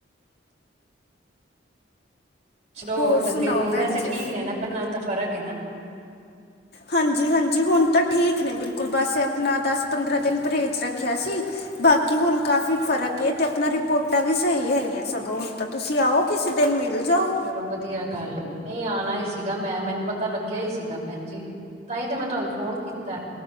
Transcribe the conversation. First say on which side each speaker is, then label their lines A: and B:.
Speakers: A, on the right; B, on the left.
A: ਚਲੋ,
B: ਹੋਰ
A: ਤਬੀਅਤ
B: ਸੁਣਾਓ
A: ਹੁਣ
B: ਭੈਣ
A: ਵੈਸੇ
B: ਜੀ
A: ਠੀਕ ਨੇ ਨਾ? ਪੈਲਾਂ ਨਾ ਤਾਂ ਫ਼ਰਕ ਹੈ ਨਾ?
B: ਹਾਂਜੀ, ਹਾਂਜੀ। ਹੁਣ ਤਾਂ ਠੀਕ ਨੇ ਬਿਲਕੁਲ, ਬਸ ਆਪਣਾ ਦਸ -ਪੰਦਰਾਂ ਦਿਨ ਪਰਹੇਜ਼ ਰੱਖਿਆ ਸੀ। ਬਾਕੀ ਹੁਣ ਕਾਫ਼ੀ ਫਰਕ ਏ ਤੇ ਆਪਣਾ ਰਿਪੋਟਾਂ ਵੀ ਸਹੀ ਹੈਗੀਆਂ, ਸਗੋਂ ਹੁਣ ਤਾਂ। ਤੁਸੀਂ ਆਓ ਕਿਸੇ ਦਿਨ ਮਿਲ ਜਾਓ।
A: ਚਲੋ ਵਧੀਆ ਗੱਲ ੲੈ। ਨਈ, ਆਣਾ ਹੀ ਸੀਗਾ ਮੈਂ, ਮੈਨੂੰ ਪਤਾ ਲੱਗਿਆ ਹੀ ਸੀਗਾ ਭੈਣ ਜੀ। ਤਾਂਈ ਤੇ ਮੈਂ ਤੁਵਾਨੂੰ ਫ਼ੋਨ ਕੀਤਾ।